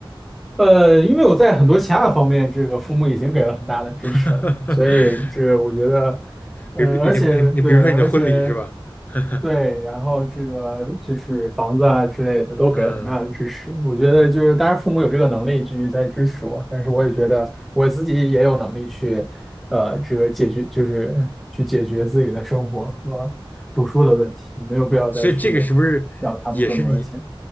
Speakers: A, in the centre; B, on the left.
A: 呃，因为我在很多其他的方面，这个父母已经给了很大的支持了，
B: <laughs>
A: 所以这个我觉得，嗯、
B: 比如你你你，
A: 而且对，
B: 比如说你的婚礼是吧？
A: 而且。
B: <laughs>
A: 对，然后这个就是房子啊之类的都给了很大的支持。
B: 嗯，
A: 我觉得就是，当然父母有这个能力继续在支持我，但是我也觉得我自己也有能力去，呃，这个解决就是去解决自己的生活和读书的问题，没有必要再去要他们更多的钱。
B: 所以这个是不是也是你